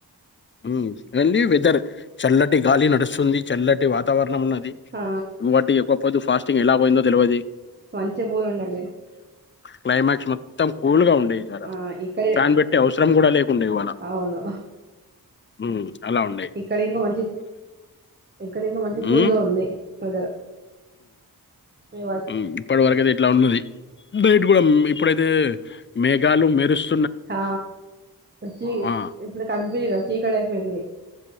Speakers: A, on the left; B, on the right.
A: ఉమ్ అన్ని వె సరే చల్లటి గాలి నడుస్తుంది. చల్లటి వాతావర్ణం ఉన్న
B: ఆ
A: వాటి ఒక్కపొద్దు ఫాస్ట్ స్టింగ్ ఎలా పోయిందో తెల్వది.
B: మంచిగాపోయి ఉండండి.
A: క్లైమాక్స్ మొత్తం కూల్గా ఉం
B: ఆ ఇక్కడే
A: ఫ్యాన్ పెట్టే అవసరం గుడా లేకుండే ఇవాళ
B: అవును
A: ఉమ్ అలా ఉండే
B: ఇక్కడ ఇంకా మంచి ఇక్కడ ఇంకా మంచి
A: హ్మ్.
B: కూల్గా ఉంది వెదర్ ఈ వ
A: మ్ ఇప్పటి వరకయితే ఇట్ల ఉన్నది బైట కూడా మే ఇప్పుడతే మేఘాలు మెరుస్
B: హ జి
A: ఆ!
B: ఇప్పుడు కనిపియదుగా చీ చీకటై పోయింది.